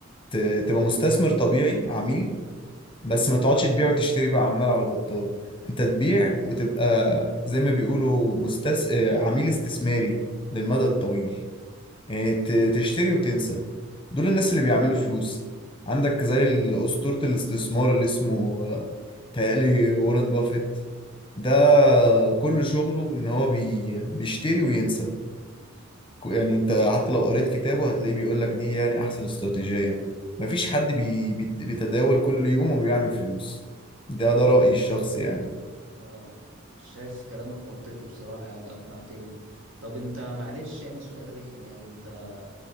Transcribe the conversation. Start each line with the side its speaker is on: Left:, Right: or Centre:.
Left: ت- تبقى مستثمر طبيعي عميل بس ما تقعدش تبيع وتشتري بقى عمال على بطال انت تبيع وتبقى زي ما بيقولوا مستس... آه، عميل استثماري للمدى الطويل يعني ت- تشتري وتنسى دول الناس اللي بيعملوا فلوس عندك زي ال- أسطورة الاستثمار اللي اسمه آه، تهيألي وارن بافيت ده كل شغله ان هو بي... بيشتري وينسى كو- يعني انت حتى لو قريت كتابه هتلاقيه بيقول لك دي يعني احسن استراتيجية مفيش حد بي بيت- بيتداول كل يوم وبيعمل فلوس ده ده رأيي الشخصي يعني
Right: اه شايف كلامك منطقي بصراحة يعني أقنعتني طب أنت معلش يعني سؤال رخم يعني أنت